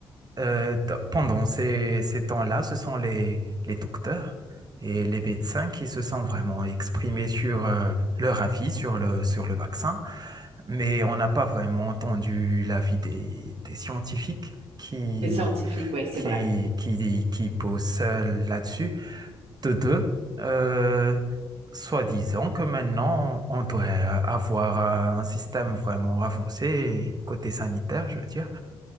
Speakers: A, on the right; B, on the right.
A: euh, t- pendant ces, ces temps-là, ce sont les, les docteurs et les médecins qui se sont vraiment exprimés sur euh, leur avis sur le, sur le vaccin. Mais on n'a pas vraiment entendu l'avis des, des scientifiques qui,
B: Les scientifiques, oui, c'est
A: qui,
B: vrai.
A: qui, qui posent euh, là-dessus de deux, euh, soi-disant que maintenant, on doit avoir un système vraiment avancé, côté sanitaire, je veux dire.